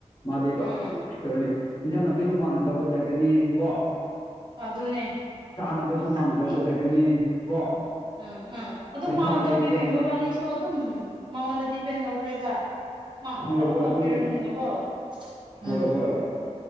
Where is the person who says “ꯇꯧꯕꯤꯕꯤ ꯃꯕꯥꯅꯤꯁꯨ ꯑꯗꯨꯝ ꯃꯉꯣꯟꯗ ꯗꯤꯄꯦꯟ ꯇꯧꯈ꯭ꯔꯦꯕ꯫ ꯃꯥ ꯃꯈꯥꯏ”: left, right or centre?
Right